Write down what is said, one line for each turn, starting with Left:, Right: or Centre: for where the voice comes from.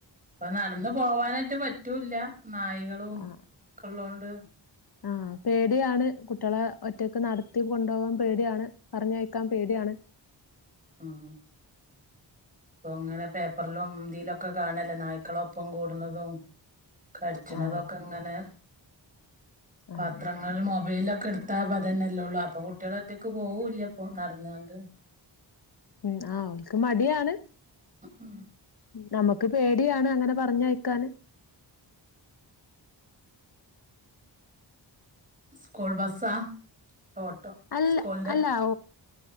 Right: ഇപ്പൊ നടന്നു പോവാനായിട്ട് പറ്റൂല്ല നായികളും
Left: ആഹ്
Right: ഒക്കെ ഉള്ളത് കൊണ്ട്
Left: ആഹ് പേടിയാണ് കുട്ടികളെ ഒറ്റക്ക് നടത്തി കൊണ്ടുപോകാൻ പേടിയാണ് പറഞ്ഞയക്കാൻ പേടിയാണ്
Right: മ്മ് അങ്ങനെ പേപ്പറിലും ഇതിലൊക്കെ കാണല്ലേ നായ്ക്കള് ഒപ്പം കൂടുന്നതും കടിച്ചണതൊക്കെ
Left: ആഹ്
Right: ഇങ്ങനെ
Left: ആഹ്
Right: പത്രങ്ങള് മൊബൈലൊക്കെ- എടുത്തപ്പ അതന്നെല്ലേ ഉള്ളൂ അപ്പൊ കുട്ടികള് ഒറ്റക്ക് പോവൂല്ല ഇപ്പൊ നടന്നോണ്ട്
Left: മ്മ് ആഹ് ഓല്ക്ക് മടിയാണ്
Right: മ്മ്
Left: നമ്മുക്ക് പേടിയാണ് അങ്ങനെ പറഞ്ഞയക്കാന്
Right: സ്കൂൾ ബസ്സാ ഓട്ടോ
Left: അല്ല
Right: സ്കൂളിന്റെ
Left: അല്ല